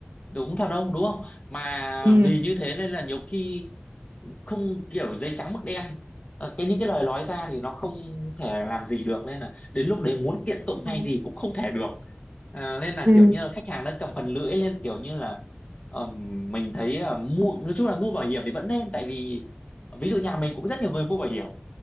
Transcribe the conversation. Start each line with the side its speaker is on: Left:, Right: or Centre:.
Left: đúng thật không đúng không mà
Right: Ừ.
Left: vì như thế nên là nhiều khi không kiểu giấy trắng mực đen Ờ, cái những cái lời nói ra thì nó không thể làm gì được nên là đến lúc đấy muốn kiện tụng
Right: Đúng
Left: hay
Right: rồi.
Left: gì cũng không thể được à, nên là
Right: Ừ,
Left: kiểu như là khách hàng đã cầm phần lưỡi lên kiểu như là ờm, mình thấy ờ, mua nói chung là mua bảo hiểm thì vẫn nên tại vì ví dụ nhà mình cũng rất nhiều người mua bảo hiểm